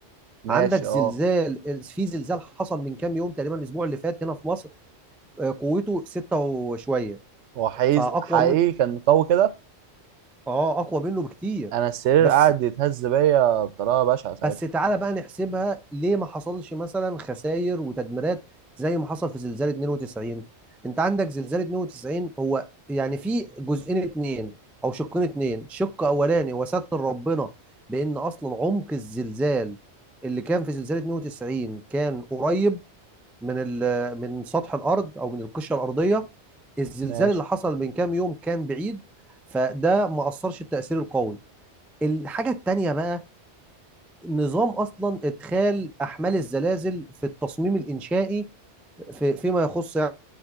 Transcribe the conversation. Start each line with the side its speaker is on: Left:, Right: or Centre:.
Right: ماشي
Centre: عندك زلزال
Right: اه
Centre: في زلزال حصل من كام يوم تقريبا الاسبوع اللي فات هنا في مصر آه، قوته 6 وشويه
Right: هو حقيقي
Centre: فاقوى
Right: حقيقي
Centre: من
Right: كان قوي كده
Centre: اه اقوى منه بكتير
Right: انا السرير
Centre: بس
Right: قاعد يتهز بيا بطريقه بشعه ساعتها
Centre: بس تعالى بقى نحسبها ليه ما حصلش مثلا خسائر وتدميرات زي ما حصل في زلزال 92 انت عندك زلزال 92 هو يعني في جزئين اتنين او شقين اتنين شق اولاني وستر ربنا بان اصلا عمق الزلزال اللي كان في زلزال 92 كان قريب من ال- من سطح الارض او من القشره الارضيه الزلزال
Right: ماشي
Centre: اللي حصل من كام يوم كان بعيد فده ما اثرش التاثير القوي الحاجه التانيه بقى نظام اصلا ادخال احمال الزلازل في التصميم الانشائي في فيما يخص يعني